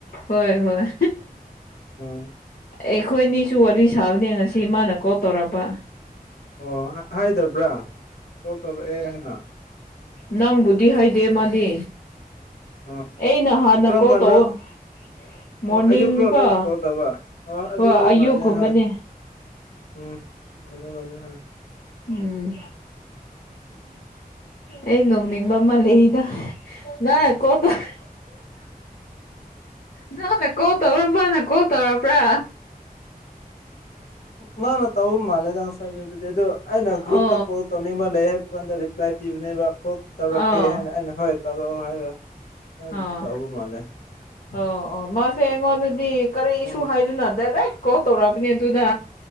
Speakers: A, on the left; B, on the left.
A: ꯍꯣꯏ ꯍꯣꯏ
B: ꯑꯣ
A: ꯑꯩꯈꯣꯏꯅꯤꯁꯨ ꯋꯥꯔꯤ ꯁꯥꯕꯅꯦ ꯉꯁꯤ ꯃꯥꯅ ꯀꯣꯜ ꯇꯧꯔꯛꯄ
B: ꯑꯣ ꯍꯥꯏꯗꯕ꯭ꯔꯥ ꯀꯣ ꯇꯧꯔꯛꯑꯦ ꯍꯥꯏꯅ
A: ꯅꯪꯕꯨꯗꯤ ꯍꯥꯏꯗꯦ ꯃꯥꯗꯤ
B: ꯎꯝ
A: ꯑꯩꯅ ꯍꯥꯟꯅ
B: ꯀꯔꯝ
A: ꯀꯣꯜ
B: ꯀꯥꯟꯗ
A: ꯇꯧ ꯃꯣꯔꯅꯤꯡ
B: ꯑꯣ ꯑꯌꯨꯛꯔꯣ
A: ꯀꯣ
B: ꯅꯣꯢꯅ ꯀꯣꯜ ꯇꯧꯕ ꯑꯥ ꯑꯗꯨꯗꯤ
A: ꯍꯣꯏ ꯑꯌꯨꯛꯀꯨꯝꯕꯅꯦ
B: ꯃꯥꯅꯦ ꯍꯣꯏ ꯎꯝ ꯃꯥꯅꯦ ꯃꯥꯅꯦ ꯍꯣꯏ
A: ꯎꯝ ꯑꯩ ꯅꯣꯡꯅꯤꯡꯕ ꯑꯃ ꯂꯩꯗ ꯅ ꯀꯣꯠꯇ <inaudible> ꯅꯪꯅꯦ ꯀꯣꯜ ꯇꯧꯔꯕ꯭ꯔ ꯃꯅꯥ ꯀꯣꯜ ꯇꯧꯔꯕ꯭ꯔꯥ
B: ꯃꯅꯥ ꯇꯧꯕ ꯃꯥꯂꯦꯗ ꯉꯥꯁꯥꯏꯗꯨꯗꯤ ꯑꯩꯅꯥ
A: ꯑꯣ
B: ꯒꯔꯨꯞ ꯇꯥ ꯑꯅꯤꯃꯛ ꯂꯩꯌꯦ ꯍꯥꯏꯕꯒꯥꯟꯗ ꯔꯤꯄ꯭ꯂꯥꯏ ꯄꯤꯕꯅꯦꯕ ꯀꯣꯛ ꯇꯧꯔꯛꯀꯦ
A: ꯑꯣ
B: ꯍꯥꯏꯅ ꯑꯩꯅ ꯍꯣꯏ ꯇꯧꯔꯛꯑꯣ ꯍꯥꯏꯔ ꯐꯖꯅꯗꯤ
A: ꯑꯣ
B: ꯇꯥꯎꯕ ꯃꯥꯂꯦ
A: ꯑꯣ ꯑꯣ ꯃꯥꯁꯦ ꯑꯩꯉꯣꯟꯗꯗꯤ ꯀꯔꯤ
B: ꯎꯝ
A: ꯏꯁꯨ ꯍꯥꯏꯗꯅ ꯗꯥꯏꯔꯦꯛ ꯀꯣꯜ ꯇꯧꯔꯛꯑꯕꯅꯦ ꯑꯗꯨꯗ